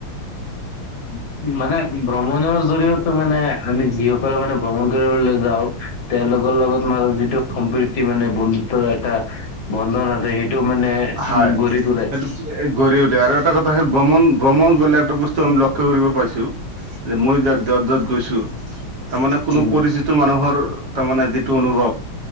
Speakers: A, on the left; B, on the right.
A: <inaudible> মানে ভ্ৰমণৰ জৰিয়তে মানে আমি যিসকলে মানে ভ্ৰমণ কৰিবলৈ যাওঁ, তেওঁলোক লগত মাজত যিটো সম্প্ৰীতি মানে বন্ধুত্ব এটা বন্ধন আছে, সেইটো তেওঁ মানে
B: হয়।
A: ঘূৰি ফুৰে।
B: সেইটো গঢ়ি উঠে আৰু এটা কথা হ'ল, ভ্ৰমন ভ্ৰমন গ'লে এটা বস্তু আমি লক্ষ্য কৰিব পাইছো। যে মই যে যত যত গৈছোঁ। তাৰমানে কোনো
A: উম,
B: পৰিচিত মানুহৰ তাৰমানে যিটো অনুভৱ,